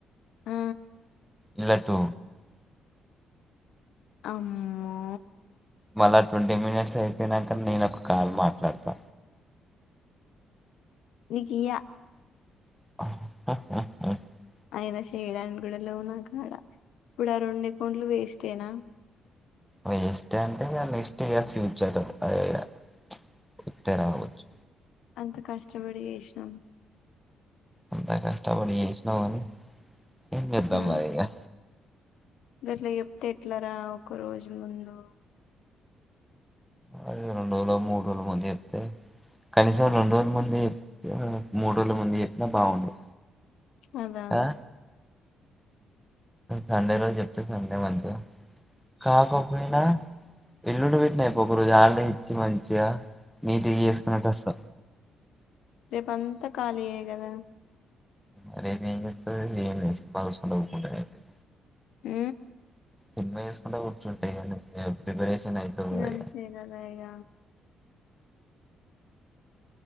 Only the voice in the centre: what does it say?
ఇలా టూ
మళ్లా ట్వంటీ మినిట్స్ అయి పొయినాక నేను ఒక కాల్ మాట్లాడతా
ఆ
వేస్ట్ అంటే ఇగ నెక్స్ట్ ఇక ఫ్యూచర్ అదే ఇక వస్తే రావచ్చు
ఎంత కష్టపడి చేసినవని ఏం చేద్దాం
మరిఇగ
అదేదో రెండు రోజులొ మూడు రోజుల ముందు చెప్తే కనీసం రెండు రోజుల ముందు చెప్ మూడు రోజుల ముందు చెప్పినా బాగుండు
కదా సండే రోజు చెప్తే సండే మంచిగా కాకపోయినా ఎల్లుండి పెట్టినా అయిపోవు ఒక రోజు హాలిడే ఇచ్చి మంచిగా మీ తె చేసుకునేటట్లు
అరేవిపాగా సంట కూడదు <unintelligible>
సినిమా చేసుకుంటే కూర్చుంటే ఇగ ప్రిపరేషన్ అయితది